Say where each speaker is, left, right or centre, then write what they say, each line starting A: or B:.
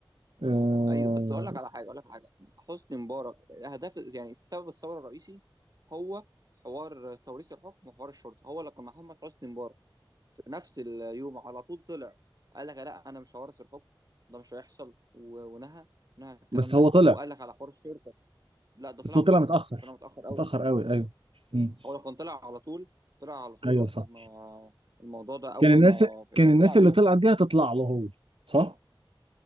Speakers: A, on the right (about 85°); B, on the right (about 45°).
A: آه
B: ايوه بس اقول لك على حاجه اقول لك على حاجه حسني مبارك هدف يعني سبب الثوره الرئيسي هو حوار توريث الحكم وحوار الشرطه هو اللي كان محمد حسني مبارك في نفس اليوم على طول طلع قال لك لا انا مش هورث الحكم ده مش هيحصل و- ونهى نهى الكلام
A: بس
B: ده
A: هو طلع
B: وقال لك على حوار الشرطه لا ده
A: بس
B: طلع
A: هو
B: متاخر
A: طلع متاخر
B: طلع متاخر قوي
A: متاخر قوي ايوه مم.
B: هو لو كان طلع على طول طلع على طول
A: ايوه
B: وقت
A: صح
B: ما الموضوع ده اول
A: كان الناس
B: ما يعني
A: كان الناس
B: طلع
A: اللي
B: يوم
A: طلعت دي هتطلع له هو صح؟